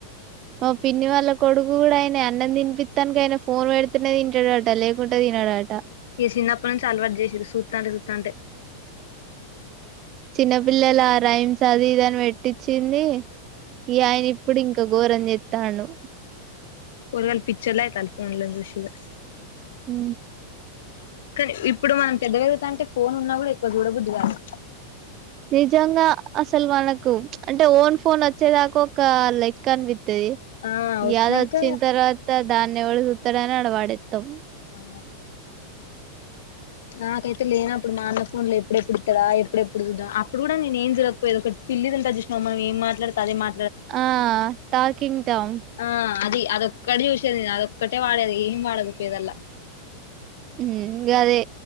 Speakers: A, on the right; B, on the left.
A: ఓ పిన్ని వాళ్ళ కొడుకు కూడా ఆయన అన్నం తినిపి తానికి ఆయన ఫోన్ పెడితేనే తింటాడుట లేకుంటడా తినడుట
B: ఈ చిన్నప్పటి నుంచి అలవాటు చేసారు సూతా అంటే సూతా అంటే
A: చిన్నపిల్లల రైమ్స్ అది ఇదీని పెట్టించింది ఈ ఆయన ఇప్పుడు ఇంకా ఘోరం చెస్తాను
B: పోరగాళ్లు పిచోళ్లు అయితాల్ ఫోన్ లో సూసింక్
A: ఉ
B: కానీ ఇప్పుడు మనం పెద్ద వెరుగుత అంటే ఫోన్ ఉన్నా కూడా ఎక్కువ చూడబుద్ది కాదు
A: నిజంగా అసలు వాళ్లకు అంటే ఓన్ ఫోన్ వచ్చేదాకా ఒక లెక్క అన్ విత్ ది
B: ఆ వచ్చినాక
A: ద వచ్చిన తర్వాత దాన్ని ఎవడు చూతాడని అడవాడేస్తాం
B: ఆ నాకైతే లేనప్పుడు మా అన్న ఫోన్ ఎప్పుడెప్పుడు ఇస్తాడా ఎప్పుడెప్పుడుా అప్పుడు కూడా నేను ఏం జరగకపోయది ఒక పిల్లి ఉంటది చూసినవా మనం మాట్లాడు అదే మా
A: ఆ టాకింగ్ టామ్
B: ఆ అది అదొక్కటి చూసేది నేను అదొక్కటే వాడేది ఏమి వాడకపోయదల్లా
A: ఉమ్ గదే